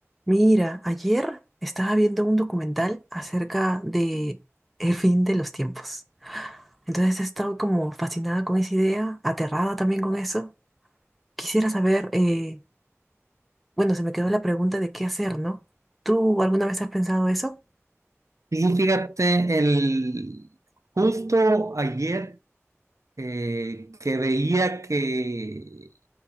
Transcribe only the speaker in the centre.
Mira, ayer estaba viendo un documental acerca de el fin de los tiempos. Entonces he estado como fascinada con esa idea, aterrada también con eso. Quisiera saber, eh, bueno, se me quedó la pregunta de qué hacer, ¿no? ¿Tú alguna vez has pensado eso?